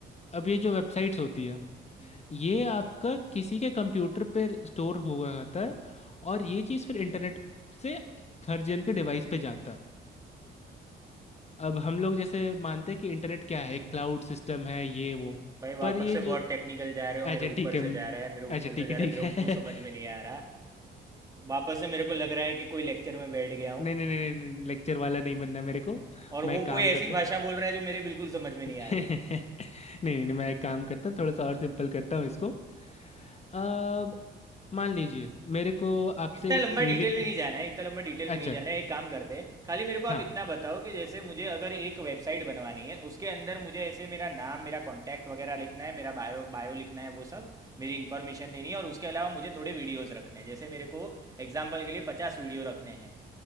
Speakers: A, on the left; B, on the right.
A: अब ये जो वेबसाइट्स होती है
B: हम्म,
A: ये आपका किसी के कंप्यूटर पे स्टोर हुआ रहता है
B: हम्म।
A: और ये चीज़ फिर इंटरनेट से हर जन के डिवाइस पे जाता है अब हम लोग जैसे मानते हैं कि इंटरनेट क्या है क्लाउड सिस्टम है ये वो
B: भाई वापस
A: पर ये
B: से
A: जो
B: बहुत टेक्निकल जा रहे हो
A: अच्छा
B: मेरे ऊपर
A: ठीक है
B: से जा रहा है मेरे ऊपर
A: अच्छा ठीक
B: से जा
A: है ठीक
B: रहा है मेरे को
A: है
B: कुछ समझ
A: <laughs>
B: में नहीं आ रहा वापस से मेरे को लग रहा है कि कोई लेक्चर में बैठ गया हूँ
A: नहीं नहीं नहीं नहीं लेक्चर वाला नहीं बनना मेरे को
B: और
A: मैं
B: वो
A: एक काम
B: कोई ऐसी
A: करता
B: भाषा
A: हूँ
B: बोल रहा है जो मेरे बिल्कुल समझ
A: <laughs>
B: में नहीं
A: नहीं
B: आ रही है
A: नहीं नहीं, मैं एक काम करता हूँ थोड़ा सा और सिंपल करता हूँ इसको अब मान लीजिए मेरे को आपसे
B: इतना लंबा
A: एक म्यूजिक
B: डिटेल में नहीं जाना है इतना लंबा डिटेल
A: अच्छा
B: में नहीं जाना है एक काम करते हैं खाली मेरे को आप
A: हाँ
B: इतना बताओ कि जैसे मुझे अगर एक वेबसाइट बनवानी है उसके अंदर मुझे ऐसे मेरा नाम मेरा कॉन्टैक्ट वगैरह लिखना है मेरा बायो बायो लिखना है वो सब मेरी इन्फॉर्मेशन देनी है और उसके अलावा मुझे थोड़े वीडियोस रखने हैं जैसे मेरे को एग्जाम्पल के लिए पचास वीडियो रखने हैं